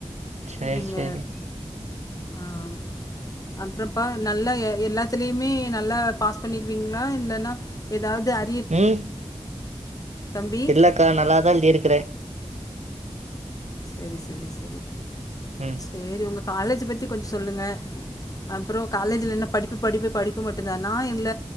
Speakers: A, on the right (about 85°); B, on the left (about 30°).
A: சேரி
B: நீங்க
A: சேரி
B: ஆ அம் அப்றொம்ப்பா நல்லாஎ எல்லாத்துலியுமே நல்லா பாஸ் பண்ணீர்வீங்ளா இல்லன்னா ஏதாவது அ
A: ம்
B: தம்பி
A: இல்லக்கா நல்லாதான் எழுதிருக்கற
B: செரி செரி செரி
A: ம்
B: செரி உங்க காலேஜ் பத்தி கொஞ்சோ சொல்லுங்க அம்ப்றோ காலேஜ்லன்ன படிப்பு படிப்பு படிப்பு மட்டு்தானா இல்ல